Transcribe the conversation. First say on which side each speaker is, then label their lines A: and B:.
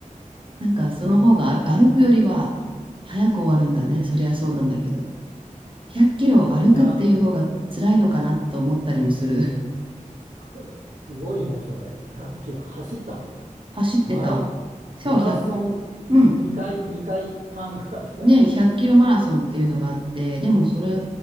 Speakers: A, on the right; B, on the right.
A: なんかその方が歩歩くよりは早く終わるんだね。そりゃそうなんだけど。100キロ歩くっていう方が辛いのかなと思ったりもする。
B: いや、
A: <laughs>
B: <laughs> すごいね、それ。100キロ走ったの。
A: 走ってた。
B: マラ、
A: そう、
B: マラソン
A: 1うん。
B: <laughs> 2回、2回半ぐらいじゃない。
A: ね、100キロマラソンっていうのがあって、でもそれ、